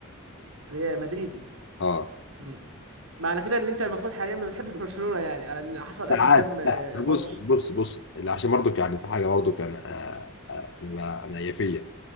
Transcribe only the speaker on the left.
اه
لا عادي
لا بص
بص بص لا، عشان برضك يعني في حاجه برضك انا آه، آه، انا بقى- انا يافيه